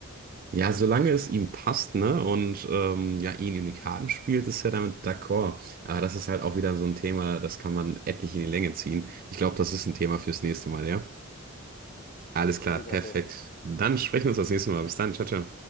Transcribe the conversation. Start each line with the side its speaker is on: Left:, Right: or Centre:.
Right: ja, solange es ihm passt, ne, und ähm, ja, ihn in die Karten spielt, ist er damit d'accord. Aber das ist halt auch wieder so ein Thema, das kann man etlich in die Länge ziehen. Ich glaube, das ist ein Thema fürs nächste Mal, ja? Alles klar,
Left: Sehe
Right: perfekt.
Left: ich auch so.
Right: Dann sprechen wir uns das nächste Mal. Bis dann, ciao, ciao.